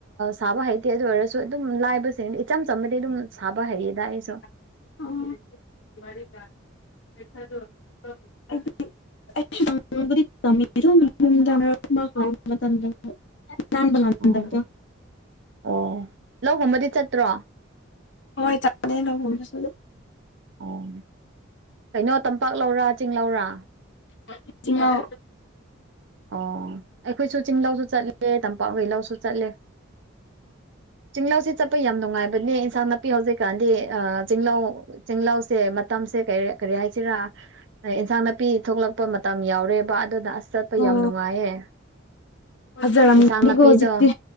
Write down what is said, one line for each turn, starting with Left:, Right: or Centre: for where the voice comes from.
Right: ꯁꯥꯕ ꯍꯩꯇꯦ ꯑꯗꯨ ꯑꯣꯏꯔꯁꯨ ꯑꯗꯨꯝ ꯂꯥꯏꯕꯁꯤꯡ ꯏꯆꯝ ꯆꯝꯕꯗꯤ ꯑꯗꯨꯝ ꯁꯥꯕ ꯍꯩꯌꯦꯗ ꯑꯩꯁꯨ
Left: ꯎꯝ <unintelligible> <unintelligible> ꯅꯥꯟꯕ ꯉꯥꯝꯍꯟꯗꯕꯗꯣ
Right: ꯑꯣ ꯑꯣ ꯂꯧꯒꯨꯝꯕꯗꯤ ꯆꯠꯇ꯭ꯔꯣ
Left: ꯍꯣꯏ ꯆꯠꯄꯥꯅꯦ ꯂꯎꯒꯨꯝꯕꯁꯨ ꯑꯗꯨꯝ
Right: ꯑꯣ ꯀꯩꯅꯣ ꯇꯝꯄꯥꯛ ꯂꯧꯔꯥ ꯆꯤꯡ ꯂꯧꯔꯥ
Left: <unintelligible> ꯆꯤꯡꯉꯧ
Right: ꯑꯣ ꯑꯩꯈꯣꯏꯁꯨ ꯆꯤꯡꯂꯥꯎꯁꯨ ꯆꯠꯂꯦ ꯇꯝꯄꯥꯛꯈꯩ ꯂꯧꯎꯁꯨ ꯆꯠꯂꯦ ꯆꯤꯡꯂꯥꯎꯁꯤ ꯆꯠꯄ ꯌꯥꯝ ꯅꯨꯡꯉꯥꯏꯕꯅꯦ ꯏꯟꯁꯥꯡ ꯅꯥꯄꯤ ꯍꯧꯖꯤꯛꯀꯥꯟꯗꯤ ꯆꯤꯡꯂꯧ ꯆꯤꯡꯂꯧꯁꯦ ꯃꯇꯝꯁꯦ ꯀꯔꯦ ꯀꯔꯤ ꯍꯥꯏꯁꯤꯔꯥ ꯏꯟꯁꯥꯡ ꯅꯥꯞ ꯄꯤ ꯊꯣꯛꯂꯛꯄ ꯃꯇꯝ ꯌꯥꯎꯔꯦꯕ ꯑꯗꯨꯅ ꯑꯁ ꯆꯠ ꯄꯥ
Left: ꯑꯣ
Right: ꯌꯥꯝ ꯅꯨꯡꯉꯥꯏꯌꯦ
Left: ꯐꯖꯔꯝꯒꯅꯤꯀꯣ
Right: ꯏꯟꯁꯥꯡ ꯅꯥꯄꯤꯗꯣ
Left: ꯍꯧꯖꯤꯛꯇꯤ